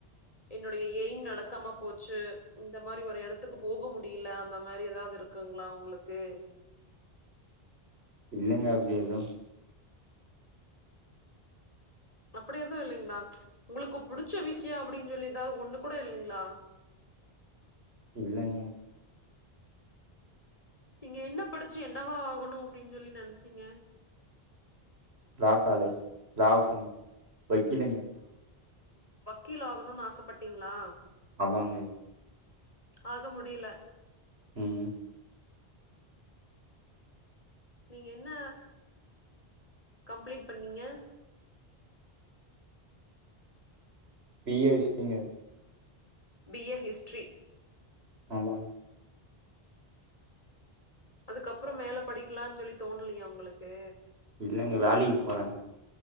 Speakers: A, on the left (about 35°); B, on the right (about 85°).
A: என்னுடைய எய்ம் நடக்காம போச்சு இந்த மாரி ஒரு இடத்துக் கு போக முடியல அந்த மாரி ஏதாவது இருக்குங்ளா உங்களுக்கு
B: இல்லங்க அப்டி எது
A: அப்டி எதுவு இல்லிங்ளா ச் உங்களுக்கு புடிச்ச விஷய அப்படினு சொல்லி ஏதாவது ஒண்ணு கூட இல்லிங்ளா
B: இல்லங்க
A: நீங்க என்ன படிச்சு என்னவா ஆகணு அப்டின்னு சொல்லி நினச்சீங்க
B: லா காலேஜ் லா‌ பண் வக்கீலுங்க
A: கீழ் ஆகணுனு ஆசபட்டீங்ளா
B: ஆமாங்க
A: அது முடில
B: ம்
A: நீங்க என்ன கம்ப்ளீட் பண்ணீங்க
B: பி ஏ ஹிஸ்ட்ரீங்க
A: பிஏ ஹிஸ்ட்ரி
B: ஆமாங்க
A: அதுக்கப்புற மேல படிக்கலானு சொல்லி தோணலியா உங்களுக்கு
B: இல்லங்க வேலைக்கு போறே